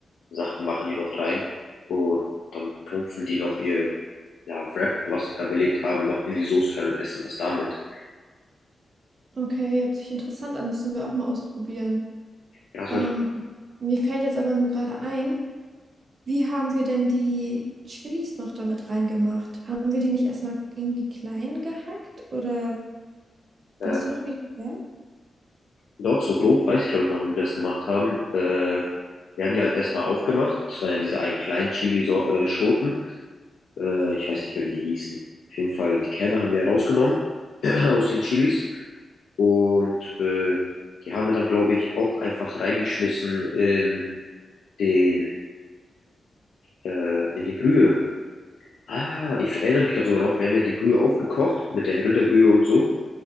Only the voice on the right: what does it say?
okay, hört sich interessant an, müssen wir auch mal ausprobieren.
Ähm,
mir fällt jetzt aber nur gerade ein, Wie haben wir denn die Chilis noch damit reingemacht? Haben wir die nicht erstmal irgendwie klein gehackt oder
weißt du noch, wie das wäre?